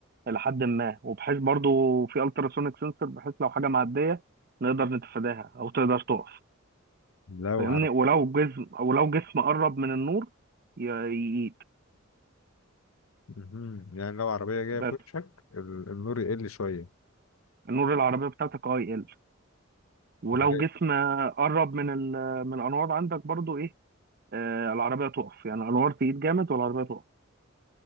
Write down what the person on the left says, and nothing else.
لو
عرب
مهم. يعني لو عربية جاية
في وشك ال- النور يقل شوية
يا ريت